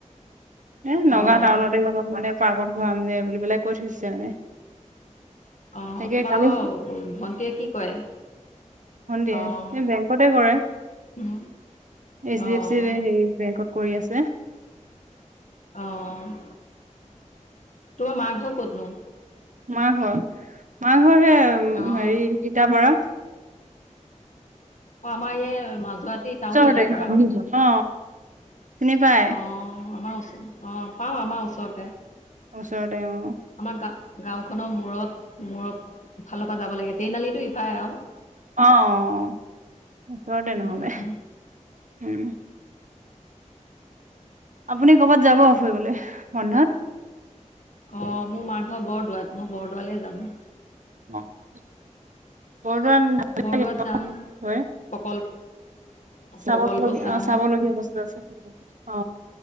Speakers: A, on the right (about 75°); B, on the left (about 70°).
A: এ নগাঁও
B: অ',
A: টাউনতে অলপ মানে পাৰ্কত ঘূৰা মে বুলি পেলাই কৈ থৈছে মানে
B: অ',
A: তোক
B: তোমালোকৰ
A: কালি
B: ভন্টিয়ে কি কৰে?
A: <unintelligible>
B: অ',
A: এই বেংকতে কৰে
B: উম,
A: এইচ ডি
B: অ',
A: এফ হে বেংকত কৰি আছে
B: অ', তোমাৰ মাৰ ঘৰ ক'তনো?
A: মা ঘৰ মাকঘৰ হে
B: অ',
A: হেৰি তিতাবৰত
B: অ', আমাৰ এইয় মাজুৱতি টাউন
A: ওচৰতে
B: ই তাৰ পাৰা
A: অ চিনি পাই
B: অ ', আমাৰ ওচ অ আমাৰ ওচৰতে
A: ওচৰতে অ
B: আমাৰ গা গাওঁ খনৰ মূৰত মূৰক ফালৰ পৰা যাব লাগে ট্ৰেইনআলিটো ইফায় আৰু
A: অ', ওচৰতে নহলে
B: উম
A: উম আপুনি কৰ'বাত যাব ফুৰিবলৈ বন্ধত?
B: অ', মোৰ মাৰ ঘৰ বৰদোৱাত মই বৰদোৱালে যাম।
A: <unintelligible> <unintelligible> অ'
B: বৰদোৱাত চাম প্ৰকল্প
A: চাব
B: প্ৰকল্প
A: অ'
B: চাম
A: চাবলগীয়া বস্তু আছে অ'।